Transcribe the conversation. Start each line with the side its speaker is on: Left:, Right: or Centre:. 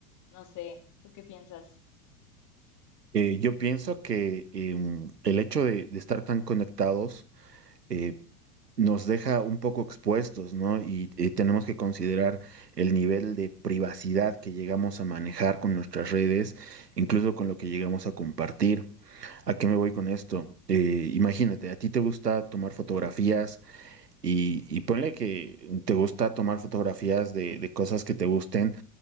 Left: no sé, ¿tú qué piensas?
Right: Eh, yo pienso que em, el hecho de, de estar tan conectados eh, nos deja un poco expuestos, ¿no? Y, eh, tenemos que considerar el nivel de privacidad que llegamos a manejar con nuestras redes, incluso con lo que llegamos a compartir. ¿A qué me voy con esto? Eh, imagínate, a ti te gusta tomar fotografías y, y ponle que te gusta tomar fotografías de, de cosas que te gusten,